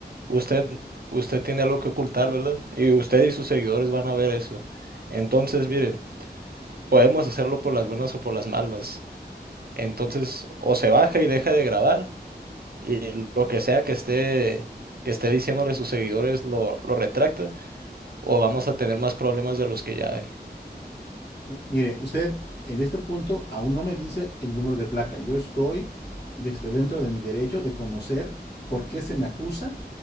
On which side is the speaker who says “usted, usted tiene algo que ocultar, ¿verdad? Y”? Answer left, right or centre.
Right